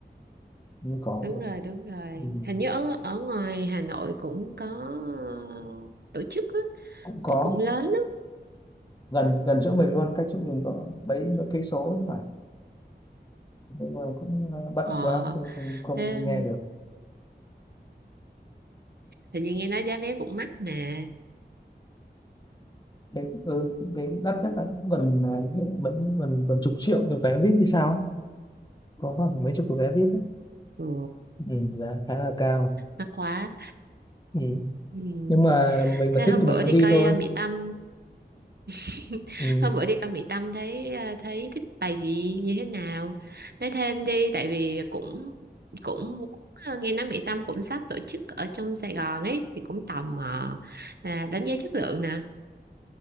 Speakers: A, on the left; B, on the right.
A: Như có
B: đúng
A: rồi.
B: rồi đúng rồi
A: ừ.
B: hình như ở ở ngoài Hà Nội cũng có ờ, tổ chức á
A: cũng có
B: thế cũng lớn lắm
A: gần gần chỗ mình luôn cách chỗ mình có mấy mấy cây số các bạn nhưng mà cũng ờ, bận
B: ờ
A: quá không, không, không
B: thế,
A: đi nghe được
B: hình như nghe nói giá vé cũng mắc mà
A: thế cũng- ừ, cái đắt nhất là cũng gần ờ, vẫn gần gần chục triệu cái vé VIP thì sao ấy. có khoảng mấy chục cái vé VIP ấy.
B: ừ,
A: ừ, giá khá là cao
B: mắc quá
A: ừ.
B: ừ.
A: nhưng mà mình
B: thế
A: mà thích
B: hôm
A: thì
B: bữa
A: mình vẫn
B: đi
A: đi
B: coi
A: thôi
B: uh, Mỹ Tâm <laughs>
A: ừ.
B: Hôm bữa đi con Mỹ Tâm thấy ờ, thấy thích bài gì như thế nào? Nói thêm đi tại vì cũng cũng muốn ờ, nghe nói Mỹ Tâm cũng sắp tổ chức ở trong Sài Gòn ấy thì cũng tò mò là đánh giá chất lượng nè.